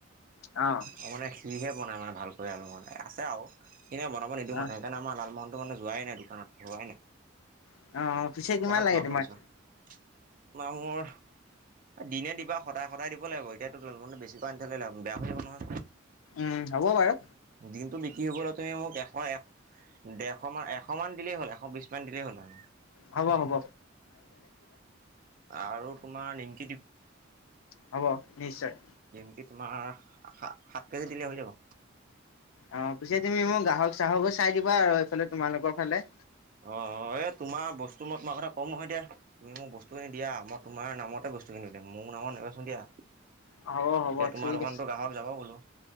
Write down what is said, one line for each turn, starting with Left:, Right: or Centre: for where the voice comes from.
Left: অ',
Right: অ, মানে সিহে বনাই ভালকৈ আৰু মানে এ আছে আও <unintelligible> বনাব নিদিওঁ
Left: অ',
Right: মানে সেইকাৰণে আমাৰ লালমোহন ত' মানে যোৱাই নাই দোকানত হোৱাই নাই।
Left: অ', অ', পিছে
Right: <unintelligible>
Left: কিমান লাগে তোমাক?
Right: মোৰ এ দিনে দিবা সদায়-সদায় দিব লাগিব এতিয়া <unintelligible> বেয়া হৈ যাব নহয়।
Left: উম, হ'ব বাৰু।
Right: দিনটো বিক্ৰী হবলৈ তুমি মোক এশ এক দেৰ শমান এশমান দিলেই হ'ল এশ বিছমান দিলেই হ'ল আৰু
Left: হ'ব-হ'ব।
Right: আৰু তোমাৰ নিম
Left: হ'ব নিশ্চয়।
Right: নিমকি তোমাৰ সা-সাত কেজি দিলে হৈ যাব।
Left: অ, পিছে তুমি মোক গ্ৰাহক চাহকো চাই দিবা আৰু এইফালে তোমালোকৰ ফালে
Right: অ, এ তোমাৰ বস্তু মই তোমাৰ কথা কওঁ নহয় এতিয়া। তুমি মোক বস্তু খিনি দিয়া মই তোমাৰ নামতে বস্তু কিনি দিম মোৰ নামত নেবেচো দিয়া।
Left: হ'ব হ'ব
Right: তেতিয়া তোমাৰ
Left: ঠিক
Right: দোকানতো
Left: আছে
Right: গ্ৰাহক যাব বোলো।